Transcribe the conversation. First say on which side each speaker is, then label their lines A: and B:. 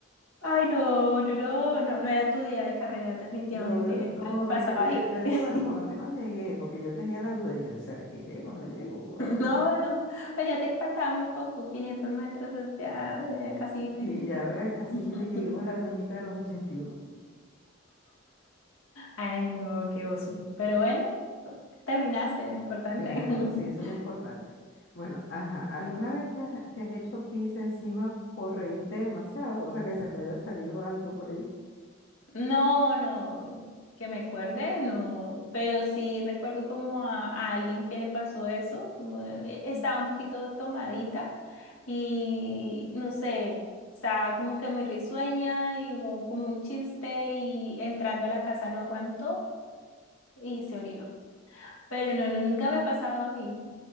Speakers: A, on the left (about 85°); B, on the left (about 60°).
A: Ay, no, no, no, no, no era tu día de carreras, definitivamente
B: No, eh, no,
A: algo pasaba
B: es que yo,
A: ahí.
B: di- yo dije,
A: <laughs>
B: bueno, por lo menos llegué, porque yo tenía la duda y yo, ¿será que llego o no llego?
A: No,
B: Ay, Dios mío.
A: no, pues ya te faltaba muy poco, 500 metros es ya eh, casi...
B: Y ya ve, casi
A: <laughs>
B: le llegó la doñita de los ochenta y uno
A: Ay, no, qué oso. Pero bueno, terminaste, lo importante.
B: Claro, sí,
A: <laughs>
B: eso es lo importante. Bueno, ajá, ¿alguna vez te has, te has hecho pis encima por reírte demasiado? O sea, que se te haya salido algo por ahí.
A: No, no, que me acuerde, no, pero sí recuerdo como a, a alguien que le pasó eso, como de- estaba
B: Mm.
A: un poquito tomadita y no sé, estaba como que muy risueña y hubo como un chiste y entrando a la casa no aguantó y se orinó. Pero no, no, nunca me ha pasado a mí